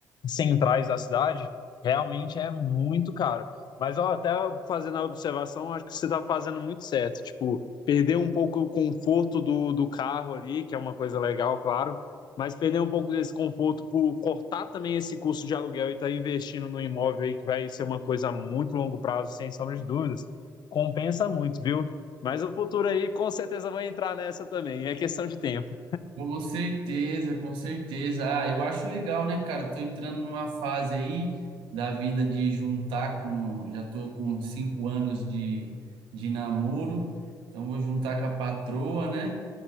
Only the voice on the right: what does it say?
com certeza, com certeza. Ah, eu acho legal, né, cara? Tô entrando numa fase aí da vida de juntar com, já tô com cinco anos de, de namoro, então vou juntar com a patroa, né?